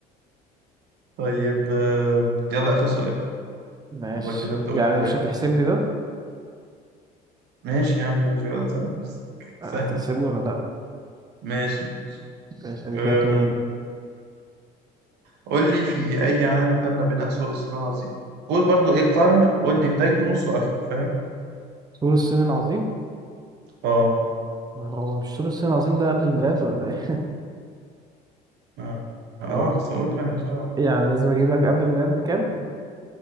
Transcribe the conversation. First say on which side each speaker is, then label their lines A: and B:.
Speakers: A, on the right; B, on the right.
A: طيب آه، يلا آخر سؤال
B: ماشي
A: هو كده انت قلت
B: يعني
A: ثلاثة
B: مش هتحسب لي ده
A: ماشي يا عم ماشي ولا تزعل نفسك
B: هتحسبه
A: سهلة
B: ولا لا
A: ماشي ماشي
B: بسألك
A: أه
B: يا اتنين
A: قول لي في أي عام تم بناء سور الصين العظيم قول برضو إيه قرن قول لي بدايته نصه آخره فاهم
B: سور الصين العظيم
A: اه
B: هو مش سور الصين العظيم ده قبل الميلاد ولا ايه
A: اه آه،
B: <laughs> و...
A: بس قول لي بقى ماليش دعوة
B: يعني لازم اجيب لك قبل الميلاد بكام